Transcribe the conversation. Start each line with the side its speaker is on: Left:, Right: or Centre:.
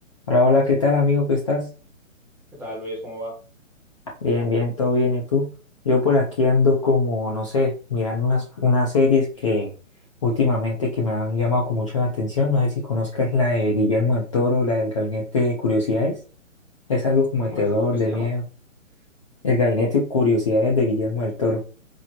Left: Hola, hola, ¿qué tal amigo? ¿Qué estás?
Centre: ¿Qué tal, Luis? ¿Cómo va?
Left: Bien, bien, todo bien. ¿Y tú? Yo por aquí ando como, no sé, mirando unas, unas series que últimamente que me han llamado con mucho la atención. No sé si conozcas la de Guillermo del Toro, la del Gabinete de Curiosidades. Es algo como
Centre: ¿Cómo
Left: de terror,
Centre: has dicho que
Left: de
Centre: se llama?
Left: miedo. El Gabinete de Curiosidades de Guillermo del Toro.